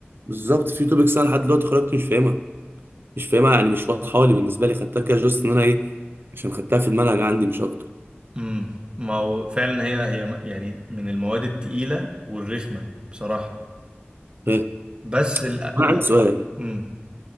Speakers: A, on the right; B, on the right.
A: بالظبط في توبكس انا لحد دلوقتي خرجت مش فاهمها مش فاهمها يعني مش واضحه لي بالنسبه لي خدتها كده جوست ان انا ايه عشان خدتها في المنهج عندي مش اكتر
B: امم ما هو فعلا هي هي م- يعني من المواد التقيله والرخمه بصراحه
A: ايه
B: بس الابليك
A: انا عندي سؤال
B: امم